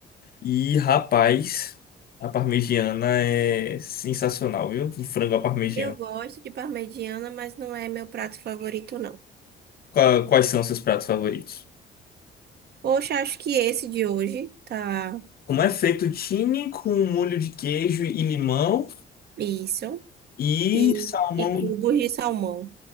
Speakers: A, on the left (about 50°); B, on the right (about 55°).
A: E rapaz, a parmegiana é sensacional, viu? O frango à parmegiana.
B: Eu gosto de parmegiana, mas não é meu prato favorito, não.
A: Qua- Quais são seus pratos favoritos?
B: Poxa, acho que esse de hoje tá
A: Como é feito fettuccine com molho de queijo e limão
B: isso.
A: e
B: E,
A: salmão.
B: e cubos de salmão.